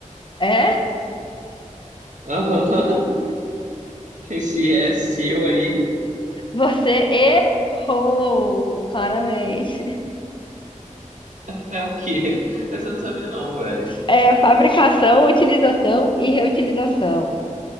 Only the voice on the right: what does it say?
Aham. <laughs> Se é seu aí,
é o quê? Essa eu não sabia não, velho.